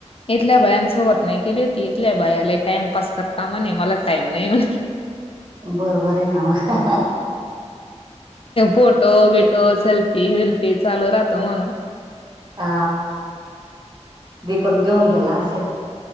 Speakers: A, on the left; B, on the right.
A: इथल्या बायांसोबत नाही केेली होती, इथल्या बायाला टाइम पास करता म्हणे मला टाइम नाही म्हणे.
B: बरोबर आहे ना मग
A: फोटो बिटो सेल्फी वेल्फी चालू राहत म्हणून.
B: ह दीपक घेऊन गेला असेल